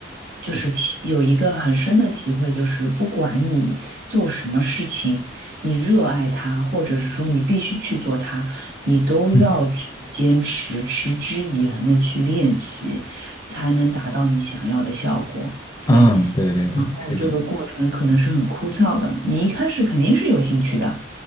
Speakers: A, on the right (about 55°); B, on the left (about 20°).
A: 就是体有一个很深的体会，就是不管你做什么事情，你热爱它，或者是说你必须去做它，你都要去坚持、
B: 嗯，
A: 持之以恒的去练习，才能达到你想要的效果。对。
B: 嗯，对对对，是的，
A: 这个过程可能是很枯燥的，你一开始肯定是有兴趣的，